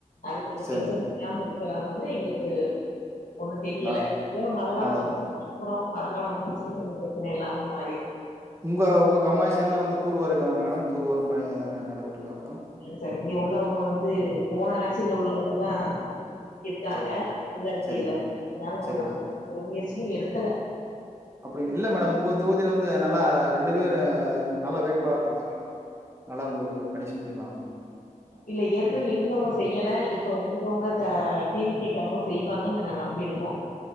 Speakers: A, on the left; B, on the right.
A: அது கொஞ்சம்
B: சரி
A: பிரச்சனை இல்லாம இருக்கிறதுனால எங்களுக்கு
B: ம்
A: ஒண்ணும் தெரியல
B: நல்
A: ஜுன்மழை காலம்
B: நல்லது
A: வந்துரும்
B: மேடம்.
A: மழகாலம் வந்தருச்னா கொஞ்சம் பிரச்சனை இல்லாம மாறிடும்
B: உங்க உங்க கம்மாய் சைடு எலாம் வந்து தூர்வாரி இருக்காங்கங்களா மேடம் தூர் வாரும்பயங்தானே நடைபெற்றிருக்கா மேடம்
A: சார் இங்க உள்ளவங்க வந்து போன ஆட்சியில உள்ளவங்க இருக்காங்க
B: சரி மேடம்.
A: உள்ளாட்சியில
B: சரி மேடம்,
A: அதனால
B: சரி
A: நமக்கு
B: மேடம்.
A: ஒரு முயற்சி இன்னும் எடுக்கல
B: அப்படி இல்ல மேடம் உங்க தொகுதியில வந்து நல்லா ரெண்டு பேர் நல்ல வேட்பாளர் இருந்தாங்களா மேடம் நல்லா உங்களுக்கு பணி செஞ்சிருக்காங்களா மேடம்
A: இல்ல ஏற்கனவே இருந்தவங்க செய்யலை இப்ப வந்திருக்கவங்க டிவி கே காரவங்க செய்வாங்கன்னு நாங்க நம்பி இருக்கோம்